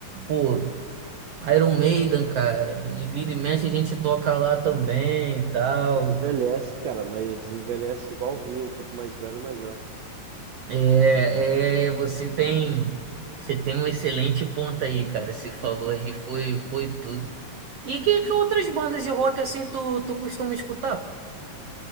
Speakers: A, on the right (about 90°); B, on the right (about 70°).
A: Pô, Iron Maiden, cara. E vira e mexe a gente toca lá também e tal.
B: Envelhece, cara, mas envelhece igual vinho. Quanto mais velho, melhor.
A: É, é, você tem, você tem um excelente ponto aí, cara. Você falou aí, foi, foi tudo. E que, que outras bandas de rock assim tu, tu costuma escutar?